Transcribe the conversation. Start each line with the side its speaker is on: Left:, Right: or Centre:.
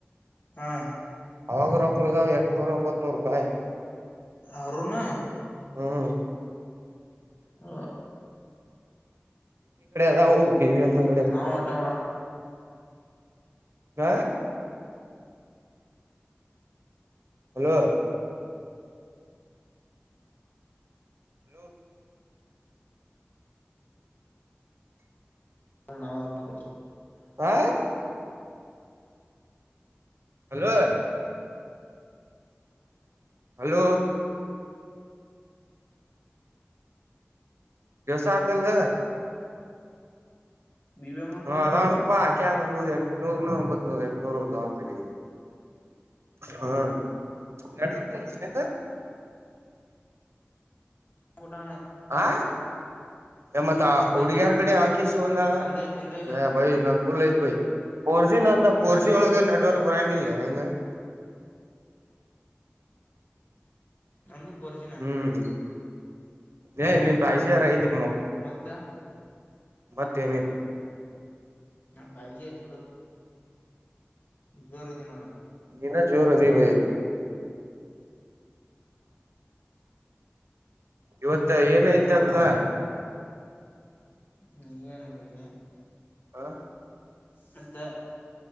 Left: ಹಾ
Right: ಅವಾಗ ಕುಳ್ದಾವ್ ಎಂಟ್ನೂರ ಒಂಬತ್ ನೂರು ರೂಪಾಯಿ
Left: ಅವ್ರೂನು
Right: ಹ್ಮ್
Left: ಹ
Right: ದ ಹ ಬಿ ಬಿ ಎಮ ಕಡೆ
Left: ನಾವು ಆಟ ಮಾಡ
Right: ಹ ಹಲೋ ಹಲೋ
Left: ನಾನ ರಕ
Right: ಆ ಹಲೋ ಹಲೋ ಕೆಲಸ ಆತಲ್ಲ
Left: ಬಿ ಬಿ ಅಮ್ಮನ
Right: ಹ
Left: ಕಡೆದವ
Right: ಅದ
Left: ರೊಕ್ಕ
Right: ಒಂದಪಾಕ್ಯಾ ನಂಗು ಎಂಟನೂರ್ ಒಂಬತ್ೂ ಎಂಟನೂರ್ ಉದ ಅಂತಿ ಹಾ ನಡವರ್ಗಲ್ಲಂತ
Left: ಕೊಟ್ಟ
Right: ಆ ಮತ್ ಹುಡ್ಗ್ಯಾರ್
Left: ಐತೆ
Right: ಕಡೆ ಹಾಕೀಸಗಂದಾಳ
Left: ನಂದ ಐತ್ ನಿಂದ ಇಲ್ಲ
Right: ಬೈ ನ ಲ್ಲತ್ ಬೈ ಫೋರ್ಜಿ ನಂದ ಪೋರ್ಜಿ ಒಳಗ ನೆಟ್ವರ್ಕ್ ಬರಂಗಿಲ್ಲ ಹೆಂಗ <inaudible>
Left: ನಂದು ಪೋರಜೀ
Right: ಹ್ಮ್ ಏ ನಿನ್ ಪಾಯಸಿ ಯಾರ ಇದ
Left: ಮಂತ
Right: ಮತ್ತೇನಿಲ್ಲ
Left: ನಾ ಪಾಯಜಿ ಆಯತ್ ಬಿಡುು ಜೋರ ಇದಐದೆ ನೋಡ
Right: ಇನ್ನ ಜೋರ್ ಅದೀ ಬ ಇವತ್ತ ಏನ ಐತತ್ಲ
Left: ನೀಯನು ಭೈಯ
Right: ಹಾ
Left: ಮತ್ತ